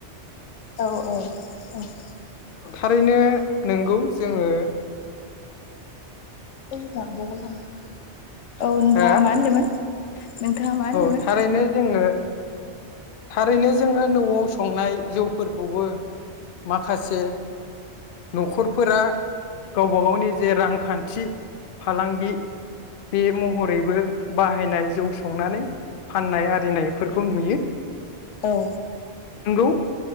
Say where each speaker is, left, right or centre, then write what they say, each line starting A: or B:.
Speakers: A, on the left; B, on the left.
A: औ औ औ
B: थारैनो नोंगौ जोङो।
A: <unintelligible> औ नोंथाङा
B: हो
A: मा होनदोंमोन? नोंथाङा मा होनदोंमोन?
B: औ थारैनो जोङो थारैनो जोङो नआव संनाय जौफोरखौबो माखासे नखरफोरा गावबा गावनि जे रांखान्थि फालांगि बे महरैबो बाहायनाय जौ संनानै फाननाय आरिनायफोरखौ नुयो।
A: औ
B: नोंगौ।